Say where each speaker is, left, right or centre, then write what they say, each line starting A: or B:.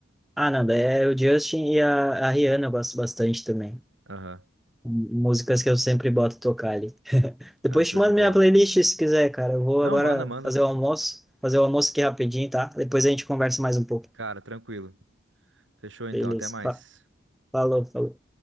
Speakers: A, in the centre; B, on the right (about 80°).
A: Ah, não, daí é o Justin e a, a Rihanna eu gosto bastante também.
B: Aham.
A: M- Músicas que eu sempre boto tocar ali.
B: Ah,
A: Depois
B: show
A: te mando
B: de bola.
A: minha playlist se quiser, cara. Eu vou
B: Não,
A: agora
B: manda, manda.
A: fazer o almoço, fazer o almoço aqui rapidinho, tá? Depois a gente conversa mais um pouco.
B: Cara, tranquilo. Fechou então,
A: Beleza.
B: até mais.
A: Fa- Falou, falou.